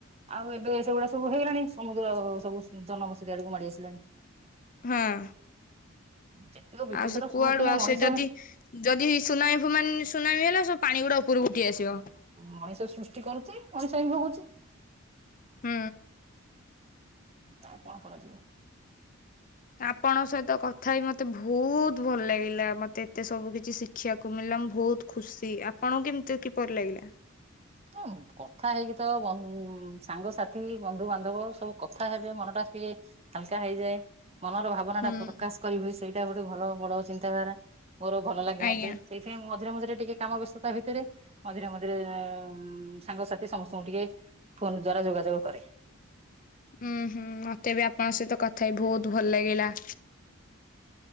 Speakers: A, on the right; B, on the left.
A: ଆଉ ଏବେ ସେଗୁଡା ସବୁ ହେଇଗଲାଣି ସମୁଦ୍ର ସବୁ ଜନବସତି ଆଡକୁ ମାଡି ଆସିଲାଣି।
B: ହଁ।
A: ଯେତିକ ବିପଦର
B: ଆଉ ସେ କୁଆଡୁ
A: ସମ୍ମୁଖୀନ
B: ଆଉ
A: ମଣିଷ
B: ସେ ଯଦି ଯଦି ସୁନାମ ଫ ସୁନାମି ହେଲା ସବୁ ପାଣି ଗୁଡା ଉପରୁକୁ ଉଠୀ ଆସିବ।
A: ମଣିଷ ସୃଷ୍ଟି କରୁଛି, ମଣିଷ ହିଁ ଭୋଗୁଛି।
B: ହୁଁ।
A: ଆଉ କଣ କରାଯିବ।
B: ଆପଣଙ୍କ ସହିତ କଥା ହେଇ ମତେ ଭୋଉତ ଭଲ ଲାଗିଲା ମତେ ଏତେ ସବୁ କିଛି ଶି ଖିଆକୁ ମିଳିଲା ମୁଁ ଭୋଉତ ଖୁସି ଆପଣଙ୍କୁ କିମତି କିପରି ଲାଗିଲା?
A: ହଁ କଥା ହେଇକି ତ ବ ଉଁ ସାଙ୍ଗସାଥି ବନ୍ଧୁବାନ୍ଧବ ସବୁ କଥା ହେବେ ମନଟା ସ୍ପେ ହାଲକା ହେଇଯାଏ ମନର ଭା ବନାଟା
B: ହୁଁ
A: ପ୍ରକାଶ କରି ହୁଏ ସେଇଟା ଗୋଟେ ଭଲ ବଡ ଚିନ୍ତାଧାରା ମୋର ଭଲ ଲାଗେ
B: ଆଜ୍ଞା
A: ମତେ। ସେଇଥିପାଇଁ ମୁଁ ମଝିରେ ମଝିରେ ଟିକେ କାମ ବ୍ୟସ୍ତତା ଭିତେରେ ମଝିରେ ମଝିରେ ଏଁ ଉଁ ସାଙ୍ଗସାଥି ସମସ୍ତଙ୍କୁ ଟିକେ ଫୋନ୍ ଦ୍ଵାରା ଯୋଗାଯୋଗ କରେ।
B: ଉୁଁ ହୁଁ ମତେ ବି ଆପଣଙ୍କ ସହିତ କଥା ହେଇ ଭୋଉତୁ ଭଲ ଲାଗିଲା।